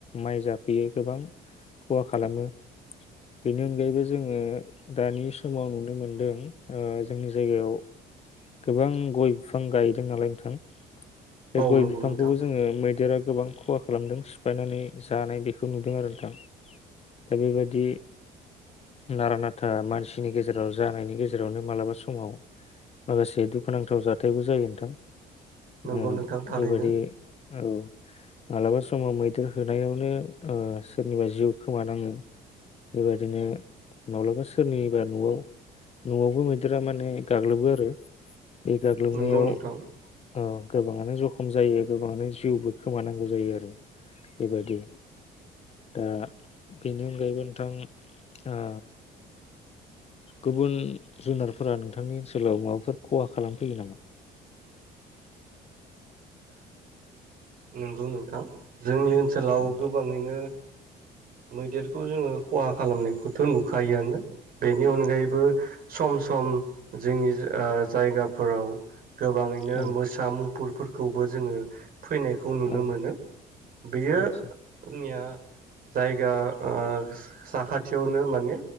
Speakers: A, on the left; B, on the right.
A: माइ जाफैयो गोबां खहा खालामो बेनि अनगायैबो जोङो दानि समाव नुनो मोनदों आ जोंनि जायगायाव गोबां गय बिफां गायदों नालाय नोंथां बे
B: औ
A: गय
B: नंगौ
A: बिफांखौबो
B: नोंथां
A: जोङो मैदेरा गोबां खहा खालामदों सिफायनानै जानाय बेखौ नुदों आरो नोंथां दा बेबादि नारा नाथा मानसिनि गेजेराव जानायनि गेजेरावनो मालाबा समाव माखासे दुखुनांथाव जाथायबो जायो नोंथां
B: नंगौ
A: उम
B: नोंथां थारैनो
A: बेबायदि औ माब्लाबा समाव मैदेर होनायावनो सोरनिबा जिउ खोमानाङो बेबादिनो माब्लाबा सोरनिबा न'आव न'आवबो मैदेरा माने गाग्लोबो आरो बे गाग्लोबनायाव
B: नंगौ नोंथां
A: गोबाङानो जखम जायो गोबाङानो जिउबो खोमानांगौ जायो आरो बेबायाददि दा बेनि अनगायैबो नोंथां ओ गुबुन जुनारफोरा नोंथांनि ओनसोलाव माबाफोर खहा खालामफैयो नामा
B: नंगौ नोंथां जोंनि सोलाव
A: औ
B: गोबाङैनो मैदेरखौ जोङो खहा खालामनायखौथ' नुखायोआनो बेनि अनगायैबो सम सम जोंनि ओ जायगाफोराव गोबाङैनो
A: औ
B: मोसा मु पुरफोरखौबो जोङो फैनायखौ नुनो
A: औ
B: मोनो बेयो
A: आदसा
B: जोंनिया जायगा ओ साखाथियावनो माने